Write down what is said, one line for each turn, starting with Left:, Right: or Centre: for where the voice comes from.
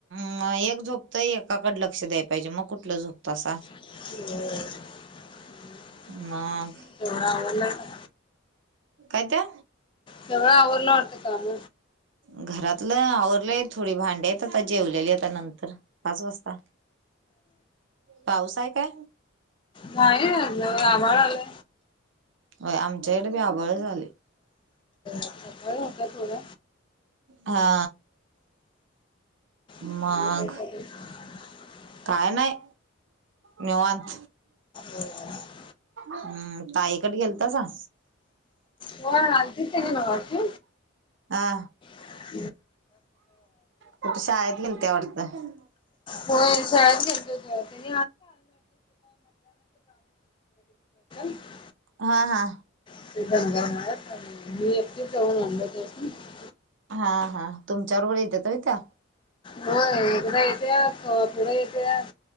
Right: म एक झोपतं एकाकड लक्ष द्याय पाहिजे मग कुठलं झोपतासा
Left: ह
Right: मग...
Left: <inaudible>
Right: काय ते
Left: सगळं आवरलं वाढत काम
Right: घरातलं आवरलंय थोडी भांडी हाईत आता जेवलेली आता नंतर पाच वाजता पाऊस आहे काय
Left: नाहीआज आभाळ आलय
Right: होय आमच्याकडे बी आभाळच आलय
Left: सकाळी होता थोडं
Right: हा
Left: आणि
Right: मघ
Left: <unintelligible>
Right: काय नाही निवांत
Left: <unintelligible>
Right: हम्म ताई कटी गेल गेलतासा
Left: होय आलतीत त्यांनी मगाशी
Right: हा
Left: <inaudible>
Right: कुठे शाळेत गेलत्या वाटतं
Left: होय <inaudible> दि <unintelligible>
Right: हा हा
Left: <unintelligible>
Right: हा हा तुमच्या बरोबर येतात होय त्या
Left: होय एकदा येतात किंवा पुढे येतात